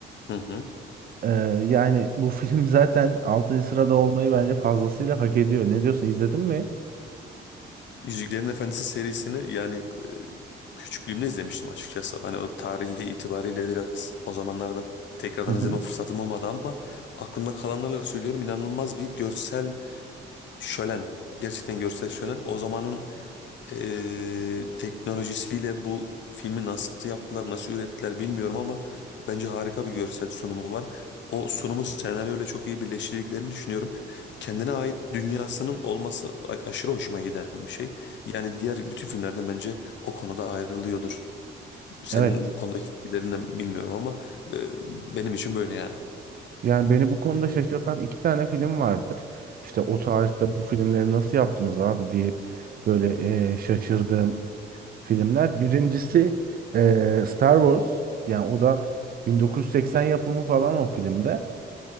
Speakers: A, on the left; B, on the right.
A: Hı hı.
B: Ee, yani bu <laughs> film zaten 6. sırada olmayı bence fazlasıyla hak ediyor. Ne diyorsun? İzledin mi?
A: Yüzüklerin Efendisi serisini yani e, küçüklüğümde izlemiştim açıkçası. Hani o tarihi itibariyle biraz o zamanlarda tekrardan
B: Hı hı.
A: izleme fırsatım olmadı ama aklımda kalanlarla söylüyorum inanılmaz bir görsel şölen. Gerçekten görsel şölen. O zamanın e, teknolojisiyle bu filmi nasıl yaptılar, nasıl ürettiler bilmiyorum ama bence harika bir görsel sunumu var. O sunumu senaryoyla çok iyi birleştirdiklerini düşünüyorum. Kendine ait dünyasının olması a- aşırı hoşuma giden bir şey. Yani diğer bütün filmlerden bence o konuda ayrılıyordur. Senin
B: Evet.
A: bu konudaki fikirlerinden bilmiyorum ama e, benim için böyle yani.
B: Yani beni bu konuda şaşırtan iki tane film vardır. İşte o tarihte bu filmleri nasıl yaptınız abi diye böyle e, şaşırdığım filmler. Birincisi e, Star Wars. Yani o da 1980 yapımı falan o filmde.